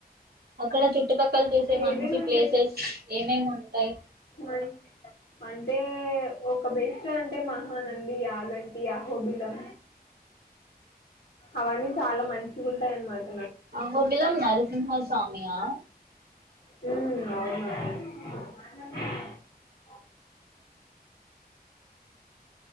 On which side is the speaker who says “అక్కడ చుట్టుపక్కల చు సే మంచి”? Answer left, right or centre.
Right